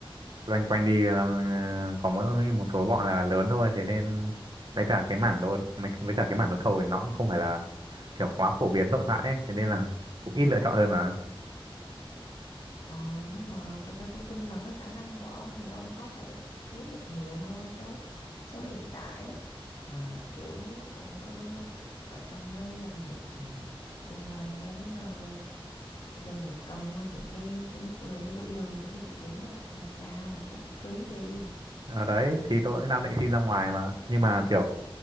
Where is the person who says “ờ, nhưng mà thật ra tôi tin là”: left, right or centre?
Left